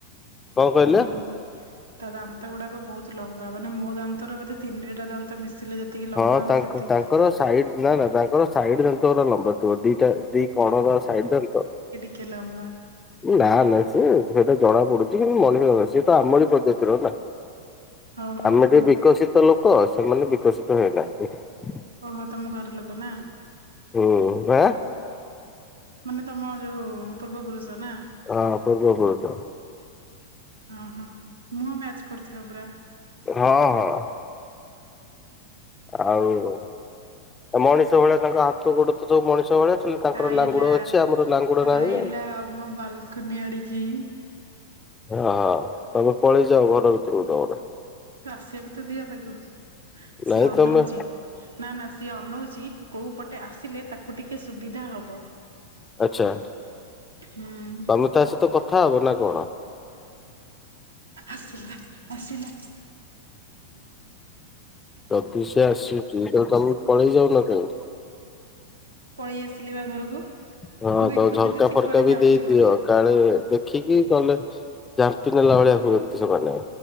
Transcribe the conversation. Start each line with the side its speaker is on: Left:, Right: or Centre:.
Left: କଣ କହିଲେ
Right: ମାନ ତା ଦାନ୍ତ ଗୁଡାକ ବହୁତ ଲମ୍ବା ମାନେ ମୋ ଦାନ୍ତର ବୋଧେ ତିନିଟା ଦାନ୍ତ ମିଶିଲେ ଯେ ତିକି ଲମ୍ବା
Left: ହଁ
Right: ହବ
Left: ତାଙ୍କ
Right: ସେତିକି।
Left: ତାଙ୍କର ସାଇଡ୍ ନା ନା ତାଙ୍କର ସାଇଡ୍ ଦାନ୍ତ ଗୁରା ଲମ୍ବା ଥିବ ଦିଟା ଦି କଣର ସାଇଡ୍ ଦାନ୍ତ
Right: କି ଲମ୍ବା।
Left: ନା ନା ସିଏ ସେଟା ଜଣା ପଡୁଚି କିନ୍ତୁ ମଣିଷଙ୍କର ସିଏ ତ ଆମରି ପ୍ରଜାତିର ନାଁ।
Right: ହଉ ହଉ
Left: ଆମେ
Right: ତ
Left: ଟିକେ ବିକଶିତ ଲୋକ ସେମାନେ ବିକଶିତ ହେଇ ନାହାଁନ୍ତି।
Right: ଓହୋ! ତମ ଘର ଲୋକ ନା।
Left: ହୁଁ ବା
Right: ମାନେ ତମର ଯୋଉ ପୂର୍ବ ପୁରୁଷ ନା।
Left: ହଁ ପୂର୍ବ ପୁରୁଷ
Right: ଓହୋ ମୁହଁ ମ୍ୟାଚ୍ କରୁଥିବ ପୁରା।
Left: ହଁ ହଁ। ଆଉ ମଣିଷ ଭଳିଆ ତାଙ୍କ ହାତ ଗୋଡ଼ ତ ସବୁ ମଣିଷ ଭଳିଆ ଖାଲି ତାଙ୍କର
Right: ଆଇଲା
Left: ଲାଙ୍ଗୁଡ ଅଛି ଆମର ଲାଙ୍ଗୁଡ ନାହିଁ
Right: ଆଇଲା
Left: ଆଉ
Right: ଆମ ବାଲକୁନି ଆଡିକି।
Left: ହଁ ହଁ ତମେ ପଳେଇ ଯାଅ ଘର ଭିତରକୁ ତମର।
Right: ଆସିବାକୁ ତ ଦିଅ ତାକୁ,
Left: ନାଇଁ
Right: ସିଏ ଅନଉଚି।
Left: ତମେ
Right: ନା ନା ସିଏ ଅନଉଚି କୋଉ ପଟେ ଆସିଲେ ତାକୁ ଟିକେ ସୁବିଧା ହବ।
Left: ଆଚ୍ଛା
Right: ହୁଁ
Left: ତମେ ତା ସହିତ କଥା ହବ ନା କଣ?
Right: ଆସିଲା ଆସିଲା
Left: ଯଦି ସେ ଆସୁଚି ତାଲେ ତମେ ପଳେଇ ଯାଉନା କାହିଁକି।
Right: ପଳେଇ ଆସିଲି ବା ଘରକୁ।
Left: ହଁ
Right: ମୁଁ ଦେଖୁଥିଲି
Left: ତ ଝର୍କା
Right: ସେ
Left: ଫରକା
Right: କୁଆଡେ
Left: ବି
Right: ଯାଉଛି
Left: ଦେଇଦିଅ।
Right: ବୋଲି।
Left: କାଳେ ଦେଖିକି ନହେଲେ ଜାପି ନେଲା ଭଳିଆ ହୁଅନ୍ତି ସେମାନେ।